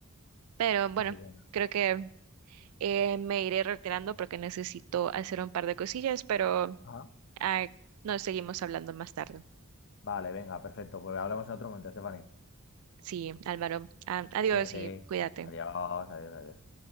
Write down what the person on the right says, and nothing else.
Pero bueno,
creo que eh, me iré retirando porque necesito hacer un par de cosillas, pero
ah, nos seguimos hablando más tarde.
Sí, Álvaro, ah, adiós
y cuídate.